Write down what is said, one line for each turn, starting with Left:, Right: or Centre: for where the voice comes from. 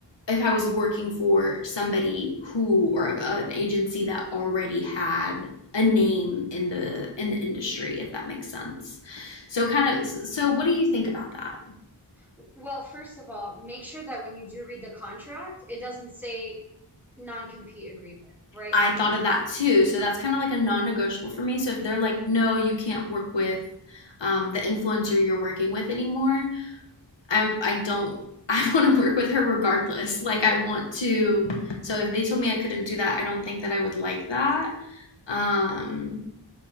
Left: if I was working for somebody who or a, an agency that already had a name in the in the industry if that makes sense. So kind of so what do you think about that?
Centre: Well, first of all, make sure that when you do read the contract, it doesn't say non-compete agreement, right?
Left: I thought of that too. So that's kind of like a non-negotiable for me. So if they're like no, you can't work with um, the influencer you're working with anymore, I I don't <laughs> I want to work with her regardless. Like I want to. So if they told me I couldn't do that, I don't think that I would like that. Um